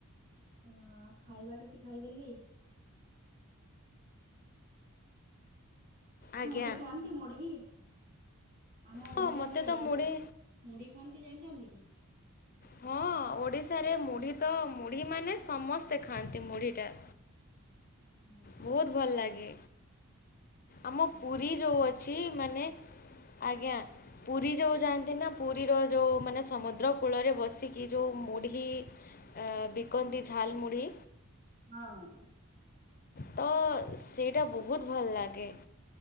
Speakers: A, on the right; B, on the left.
A: ଆ ଖାଇବା କିଛି ଖାଇଦେଲି।
B: ଆଜ୍ଞା
A: ମୁଢି ଖାଆନ୍ତି ମୁଢି ଆମ
B: ହଁ
A: ଓଡିଆରେ
B: ମୋତେ ତ ମୁଢ଼ି
A: ମୁଢି ଖାଆନ୍ତି ଜାଣିଚନ୍ତି କି?
B: ହଁ ଓଡ଼ିଶାରେ ମୁଢ଼ି ତ ମୁଢ଼ିମାନେ ସମସ୍ତେ ଖାଆନ୍ତି ମୁଢ଼ିଟା।
A: ହଁ
B: ବହୁତ ଭଲ ଲାଗେ ଆମ ପୁରୀ ଯୋଉ ଅଛି ମାନେ ଆଜ୍ଞା। ପୁରୀ ଯୋଉ ଯାଆନ୍ତି ନା ପୁରୀର ଯୋଉ ମାନେ ସମୁଦ୍ର କୂଳରେ ବସିକି ଯୋଉ ମୁଢ଼ି ଆ ବିକନ୍ତି ଝାଲମୁଢ଼ି
A: ହଁ।
B: ତ ସେଇଟା ବହୁତ ଭଲ ଲାଗେ